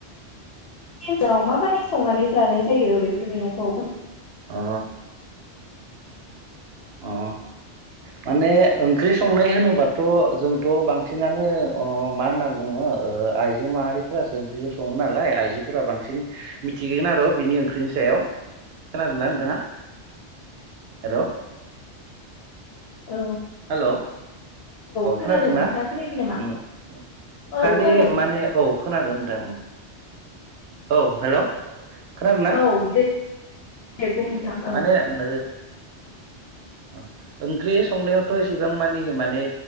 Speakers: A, on the left; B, on the right.
A: जाव माबायदि संनानै जानाय जायो बेफोर मैगंखौ
B: ओ अ माने ओंख्रि संनाय होनोबाथ' जोंथ' बांसिनानो ओ मा होनना बुङो ओ आइजो माहारिफोरासो ओंख्रिखौ सङो नालाय आइजोफोरा बांसिन मिथिगोन आरो बिनि ओंख्रिनि सायाव खोनादोंना नोंथाङा हेलौ
A: औ
B: हेलौ औ
A: खोनादों
B: खोनादोंना
A: नोंथाङा खोनायाखै नामा
B: ओ
A: औ
B: खालि
A: खोनादों
B: माने औ खोनादों नोंथां औ हेलौ खोनादों ना
A: औ दे दे बुं
B: उम
A: नोंथां ओं
B: माने ओम ओ ओंख्रि संनायाव थ' इसेबां मानि माने